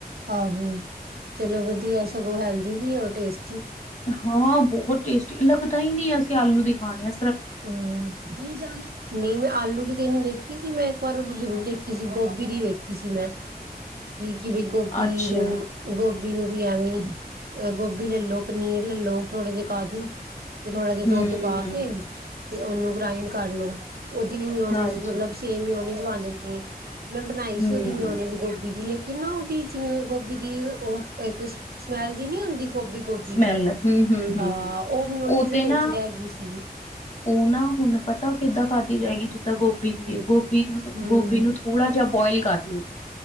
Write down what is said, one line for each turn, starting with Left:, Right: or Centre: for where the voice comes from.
Right: ਆਹੋ। ਚਲੋ, ਵਧੀਆ ਸਗੋਂ ਹੈਲਦੀ ਵੀ, ਟੈਸ
Left: ਹਾਂ, ਬਹੁਤ ਟੇਸਟੀ। ਪਤਾ ਹੀ ਨਹੀਂ, ਅਸੀਂ ਆਲੂ ਦਿਖਾਨੇ ਆ
Right: ਹੂੰ, ਨਹੀਂ ਜਾਣਾ? ਨਹੀਂ। ਮੈਂ, ਆਲੂ ਦੀ ਦੇਣੀ ਦੇੇਖੀ ਸੀ। ਮੈਂ ਹੋਰ, ਉਦੋ ਜ਼ਰੂਰ ਦੇਖੀ ਸੀ, ਗੋਭੀ ਦੀ ਵੇਖੀ ਸੀ। ਮੈਂ, ਕਿਵੇ ਗੋਭੀ
Left: ਅੱਛਾ
Right: ਨੂੰ? ਗੋਭੀ ਗੋਭੀ ਨੂੰ ਵੀ, ਐਵੇਂ ਅ ਗੋਭੀ ਲੈਲੋ, ਪਨੀਰ ਲੈਲੋ, ਥੋੜੇ ਜਿਹੇ ਕਾਜੂ ਤੇ, ਥੋੜਾ ਜਿਹਾ ਦੁੱਧ
Left: ਹੂੰ
Right: ਪਾਕੇ
Left: ਹੂੰ
Right: ਉਹਨੂੰ ਗ੍ਰਾਇੰਡ ਕਰ ਲਓ। ਉਹਦੀ ਵੀ, ਮਿਉਨਿਜ਼
Left: ਹਾਂਜੀ
Right: ਮਤਲਬ, ਸੇਮ ਮਿਉਨਿਜ਼। ਬਣ ਜਾਂਦੀ ਏ। ਮੈਂ ਬਣਾਈ
Left: ਹੂੰ,
Right: ਸੀ, ਉਹਦੀ ਮਿਉਨੀਜ਼ ਗੋਭੀ ਦੀ । ਕਿੰਨਾ, ਉਹਦੀ ਜਿਵੇਂ ਗੋਭੀ ਦੀ ਉਹ ਇੱਕ ਸਮੈਲ ਜੀ ਨੀ ਆੳਂਂਦੀ। ਗੋਭੀ- ਗੋਭੀ
Left: ਸਮੈਲ
Right: ਦੀ,
Left: ਹੂੰ-ਹੂੰ-ਹੂੰ-ਹੂੰ
Right: ਹਾਂ, ਉਹ ਮਿਉਨੀਜ਼ ਦੇ
Left: ਤੇ
Right: ਵਿੱਚ
Left: ਨਾ
Right: ਰਹਿ ਗਈ ਸੀ।
Left: ਉਹ ਨਾ ਹੁਣ। ਪਤਾ ਉਹ ਕਿੱਦਾਂ ਖਾਂਦੀ ਜਾਏਗੀ ਜਿੱਦਾਂ ਗੋਭੀ ਦੀ ਹੈ। ਗੋਭੀ ਨੂੰ
Right: ਹੂੰ
Left: ਗੋਭੀ ਨੂੰ ਥੋੜਾ ਜਿਹਾ ਬੋਇਲ ਕਰ ਲੋ